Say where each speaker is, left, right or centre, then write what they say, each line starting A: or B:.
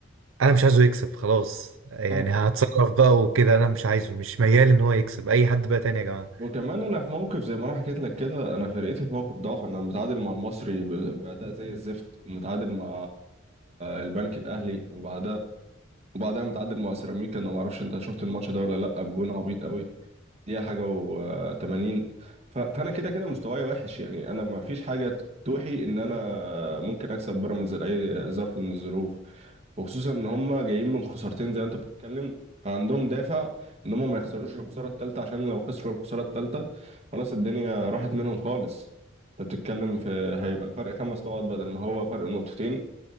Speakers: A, on the right; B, on the right.
A: انا مش عايزه يكسب خلاص يعني
B: <clears throat> آه.
A: هتصرف بقى وكده انا مش عايزه مش ميال ان هو يكسب اي حد بقى تاني يا جماعة
B: وكمان انا في موقف زي ما انا حكيت لك كده انا فرقتي في موقف ضعف انا متعادل مع المصري ب- باداء زي الزفت ومتعادل مع البنك الاهلي وبعدها وبعدها متعادل مع سيراميكا انا ما اعرفش انت شفت الماتش ده ولا لا بجون عبيط قوي دي حاجه و80 فانا كده كده مستواي وحش يعني انا ما فيش حاجه توحي ان انا ممكن اكسب بيراميدز لاي ظرف من الظروف وخصوصا ان هم جايين من خسارتين زي ما انت بتتكلم فعندهم دافع ان هم ما يخسروش الخساره الثالثه عشان لو خسروا الخساره الثالثه خلاص الدنيا راحت منهم خالص انت بتتكلم في هيبقى الفرق خمس نقط بدل ما هو فرق نقطتين